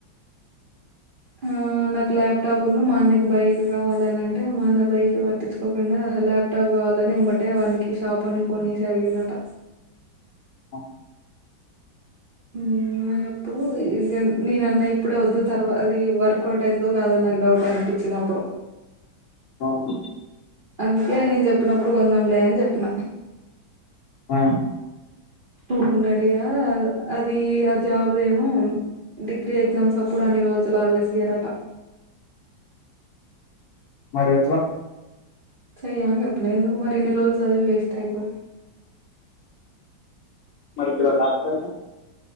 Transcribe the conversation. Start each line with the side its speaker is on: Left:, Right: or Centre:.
Right: ఆ నాకు ల్యాప్టాప్లు మా అన్నకి బైక్ కావాలి అని అంటే మా అన్న బైక్ తెచ్చుకోకుండా హా ల్యాప్టాప్ కావాలని ఎమ్మటే వానికి షాప్ వోనికి ఫోన్ చేసి అడిగిండట
Left: హా
Right: <unintelligible> అప్పుడు ఇగ నేను అన్నా ఇప్పుడే వద్దు తర్వా అది వర్కౌట్ అయితదో కాదో నాకు డౌట్ అనిపిచ్చింది అప్పుడు,
Left: అవును
Right: అందుకే నేను చెప్పినప్పుడు కొందాంలే అని చెప్పిన
Left: హా
Right: ఊకున్నడిగా అది ఆ జాబుదేమో డిగ్రీ ఎగ్జామ్స్ అప్పుడు అన్ని రోజులు హాల్ డేస్ ఇయరట
Left: మరి ఎట్లా
Right: సదివిగాని అప్పుడే ఎందుకు మరి ఇన్ని రోజుల్ చదివి వేస్ట్ అయిపో
Left: మరి ఇప్పుడు ఆ ల్యాబ్ టైము